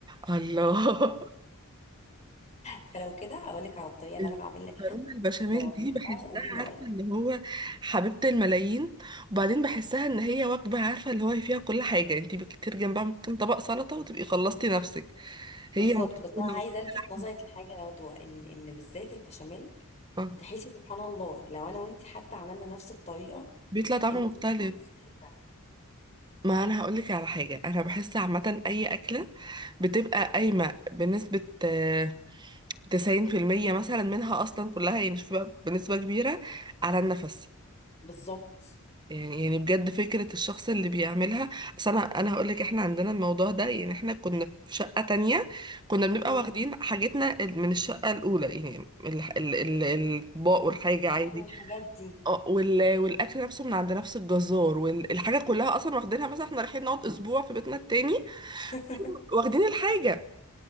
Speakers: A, on the right; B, on the left.
A: الله <laughs>
B: فلو كده اقول لك على الطريقه اللي
A: المكرونه
B: انا بعملها بيها
A: البشاميل
B: جاوبيها
A: دي بحسها
B: بقى وقولي لي رايك
A: عارفه اللي هو حبيبه الملايين وبعدين بحسها ان هي وجبه عارفه اللي هو فيها كل حاجه انت بكتير جنبها ممكن طبق سلطه وتبقي خلصتي نفسك هي
B: بالظبط
A: مكرونه
B: بس انا عايزه
A: ولحمه
B: الفت نظرك لحاجه يا رضوى ان ان بالذات البشاميل
A: اه
B: تحسي سبحان الله لو انا وانت حتى عملنا نفس الطريقه
A: بيطلع طعمه
B: ان
A: مختلف
B: بيطلع مختلفه
A: ما انا هقول لك على حاجه انا بحس عامه اي اكله بتبقى قايمه بنسبه آه، 90% مثلا منها اصلا كلها يعني شوف بقى بنسبه كبيره على النفس
B: بالظبط
A: يعني يعني بجد فكرة الشخص اللي بيعملها أصل أنا أنا هقولك إحنا عندنا الموضوع ده يعني إحنا كنا في شقة تانية كنا بنبقى
B: مم.
A: واخدين حاجتنا من الشقة الأولى يعني ال- ال- ال- الأطباق والحاجة
B: الاكل
A: عادي
B: والحاجات دي
A: اه وال- والأكل نفسه من عند نفس الجزار والحاجة كلها أصلا واخدينها مثلا إحنا رايحين نقعد أسبوع في بيتنا التاني
B: <laughs>
A: واخدين الحاجة